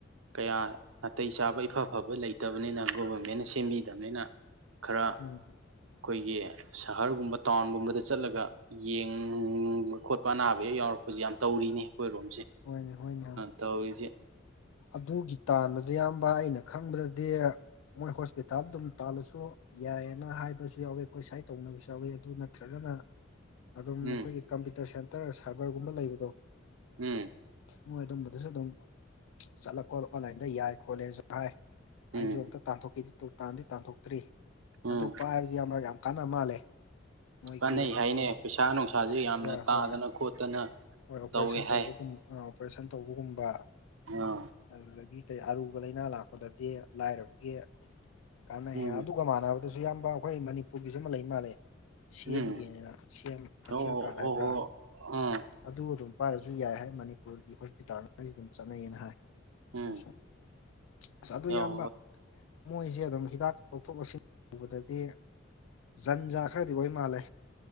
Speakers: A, on the right; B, on the left.
A: ꯀꯌꯥ ꯅꯥꯇꯩ ꯆꯥꯕ ꯏꯐ ꯐꯕ ꯂꯩꯇꯕꯅꯤꯅ ꯒꯣꯕꯔꯃꯦꯟꯅ ꯁꯦꯝꯕꯤꯗꯕꯅꯤꯅ ꯈꯔ ꯑꯩꯈꯣꯏꯒꯤ
B: ꯎꯝ
A: ꯁꯍꯔꯒꯨꯝꯕ ꯇꯥꯎꯟꯒꯨꯝꯕꯗ ꯑꯗꯨꯗ ꯆꯠꯂꯒ ꯌꯦꯡꯕ ꯈꯣꯠꯄ ꯑꯅꯥꯕ ꯍꯦꯛ ꯌꯥꯎꯔꯛꯄꯁꯦ ꯌꯥꯝ ꯇꯧꯔꯤꯅꯦ ꯑꯩꯈꯣꯏꯔꯣꯝꯁꯦ
B: ꯍꯣꯏꯅꯦ ꯍꯣꯏꯅꯦꯝ
A: ꯇꯧꯋꯤꯖꯦ
B: ꯑꯗꯨꯒꯤ ꯇꯥꯟꯕꯗ ꯑꯌꯥꯝꯕꯥꯏ ꯑꯩꯅ ꯈꯪꯕꯗꯗꯤ ꯃꯣꯏ ꯍꯣꯁꯄꯤꯇꯥꯜ ꯑꯗꯨꯝ ꯇꯥꯜꯂꯁꯨ ꯌꯥꯏꯌꯦꯅ ꯍꯥꯏꯕꯁꯨ ꯌꯥꯎꯋꯤ ꯑꯈꯣꯏ ꯁ꯭ꯋꯥꯥꯏ ꯇꯧꯅꯕꯁꯨ ꯌꯥꯎꯋꯤ ꯑꯗꯨ ꯅꯠꯇ꯭ꯔꯒꯅ ꯑꯗꯨꯝ
A: ꯎꯝ
B: ꯑꯈꯣꯏꯒꯤ ꯀꯝꯄ꯭ꯌꯨꯇꯔ ꯁꯦꯟꯇꯔ ꯁꯥꯕꯔꯒꯨꯝꯕ ꯂꯩꯕꯗꯣ
A: ꯎꯝ
B: ꯃꯣꯏ ꯑꯗꯨꯝꯕꯗꯨꯖꯨ ꯑꯗꯨꯝ ꯆꯠꯂ ꯈꯣꯠꯂꯣ ꯑꯣꯟꯂꯥꯏꯟꯗ ꯌꯥꯏ ꯈꯣꯠꯂꯦꯁꯨ ꯍꯥꯏ
A: ꯎꯝ
B: ꯑꯩꯖꯨ ꯑꯝꯇ ꯇꯥꯟꯊꯣꯛꯀꯦꯗꯤ ꯇꯨ ꯇꯥꯟꯗꯤ ꯇꯥꯟꯊꯣꯛꯇ꯭ꯔꯤ
A: ꯎꯝ
B: ꯑꯗꯨ ꯄꯥꯏꯕꯖꯤ ꯏꯌꯥꯝꯕ ꯌꯥꯝ ꯀꯥꯟꯅ ꯃꯥꯜꯂꯦ ꯃꯣꯏꯒꯤ
A: ꯀꯥꯟꯅꯩ ꯍꯥꯏꯅꯦ ꯄꯩꯁꯥ ꯅꯨꯡꯁꯥꯥꯖꯖ ꯌꯥꯝꯅ
B: ꯍꯣꯏ
A: ꯇꯥꯗꯅ
B: ꯍꯣꯏ
A: ꯈꯣꯠꯇꯅ
B: ꯍꯣꯏ ꯑꯣꯄꯔꯦꯁꯟ
A: ꯇꯧꯋꯦ ꯍꯥꯏ
B: ꯇꯧꯕꯒꯨꯝ ꯑ ꯑꯣꯄꯔꯦꯁꯟ ꯇꯧꯕꯒꯨꯝꯕ
A: ꯉꯥ
B: ꯑꯗꯨꯗꯒꯤ ꯀꯩ ꯑꯔꯨꯕ ꯂꯩꯅꯥ ꯂꯥꯛꯄꯗꯗꯤ ꯂꯥꯏꯔꯕꯒꯤ ꯀꯥꯟꯅꯩ
A: ꯎꯝ
B: ꯍꯥ ꯑꯗꯨ ꯒ ꯃꯥꯟꯅꯕꯗꯖꯨ ꯏꯌꯥꯝꯕ ꯑꯈꯣꯏ ꯃꯅꯤꯄꯨꯔꯒꯤꯖꯨ ꯑꯃ ꯂꯩ ꯃꯥꯜꯂꯦ ꯁꯤ
A: ꯎꯝ
B: ꯑꯦꯝꯒꯤꯅꯦꯅ ꯁꯦꯝ ꯍꯛꯁꯦꯜ
A: ꯑꯣ
B: ꯀꯥꯔꯠ
A: ꯍꯣ
B: ꯍꯥꯏꯕ꯭ꯔꯥ
A: ꯍꯣ ꯎꯝ
B: ꯑꯗꯨ ꯑꯗꯨꯝ ꯄꯥꯏꯔꯖꯨ ꯌꯥꯏ ꯍꯥꯏ ꯃꯅꯤꯄꯨꯔꯒꯤ ꯍꯣꯁꯄꯤꯇꯥꯜꯁꯉꯩꯖꯨ ꯗꯨꯝ ꯆꯠꯅꯩꯌꯦꯅ ꯍꯥꯏ
A: ꯎꯝ
B: ꯑꯗꯨꯁꯨ ꯑꯁ ꯑꯗꯨ
A: ꯌꯥꯎ
B: ꯏꯌꯥꯝꯕ ꯃꯣꯏꯖꯦ ꯑꯗꯨꯝ ꯍꯤꯗꯥꯛ ꯂꯧꯊꯣꯛ ꯂꯧꯁꯤꯟ ꯇꯧꯕꯗꯗꯤ ꯖꯟꯖꯥ ꯈꯔꯗꯤ ꯑꯣꯏ ꯃꯥꯜꯂꯦ